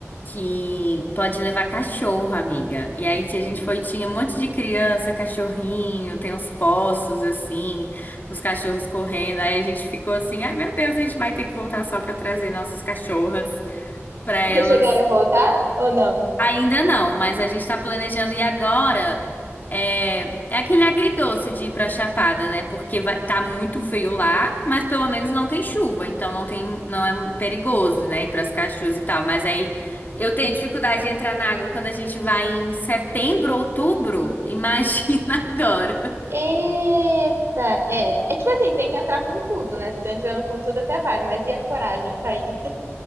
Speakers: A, on the left (about 40°); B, on the right (about 60°).
A: que pode levar cachorro, amiga. E aí a
B: Hum.
A: gente foi, tinha um monte de criança, cachorrinho, tem uns poços assim, os cachorros correndo. Aí a gente ficou assim, ai meu Deus, a gente vai ter que voltar só pra trazer nossas cachorras pra elas
B: Vocês chegaram a voltar ou não?
A: Ainda não, mas a gente tá planejando ir agora. É, é aquele agridoce de ir pra Chapada, né? Porque vai, tá muito frio lá, mas pelo menos não tem chuva, então não tem, não é perigoso, né? Ir pras cachoeiras e tal. Mas aí eu tenho dificuldade de entrar na água quando a gente vai em setembro, outubro. Imagina <laughs> agora.
B: Eita, é. É tipo assim, tem que entrar com tudo, né? Se tô entrando com tudo até vai, mas e a coragem pra ir?